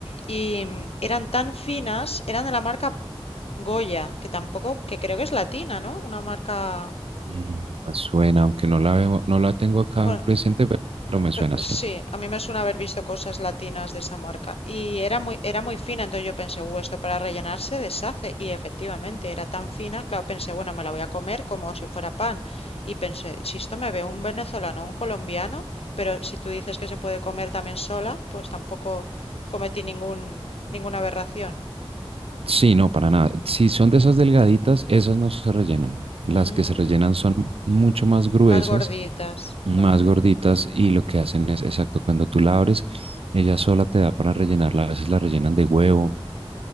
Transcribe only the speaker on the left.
Y mm, eran tan finas, eran de la marca Goya, que tampoco, que creo que es latina, ¿no? Una marca, mm,
bueno,
pe-
sí, a mí me suena haber visto cosas latinas de esa marca. Y era muy, era muy fina, entonces yo pensé, "Uh, esto para rellenarse deshace. Y efectivamente, era tan fina, claro, pensé, bueno, me la voy a comer como si fuera pan. Y pensé, si esto me ve un venezolano, un colombiano, pero si tú dices que se puede comer también sola, pues tampoco cometí ningún, ninguna aberración.
Mm.
Más gorditas,
vale.